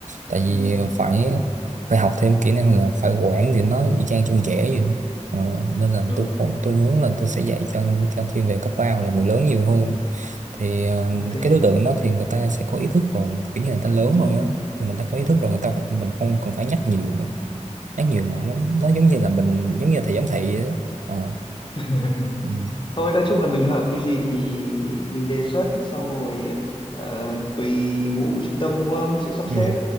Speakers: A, on the right (about 80°); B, on the left (about 40°).
A: tại vì
B: ừ,
A: phải phải học thêm kỹ năng là phải quản thì nó y chang trong trẻ vậy Ờ, nên là
B: ừ,
A: tôi không- tôi muốn là tôi sẽ dạy cho cho thiên về cấp ba hoặc là người lớn nhiều hơn thì ờ,
B: ok,
A: cái đối tượng đó thì người ta sẽ có ý thức rồi kiểu như là người ta lớn
B: ừ.
A: rồi á mà người ta có ý thức rồi người ta phải, mình không cần phải nhắc nhiều nữa nhắc nhiều mỏi lắm nó giống như là mình giống như là thầy giám thị á Ờ.
B: <laughs>
A: ừ.
B: thôi nói chung là mình hợp cái gì thì mình đề xuất sau rồi ờ, tùy vụ trung tâm đúng không sẽ sắp
A: Ừ.
B: xếp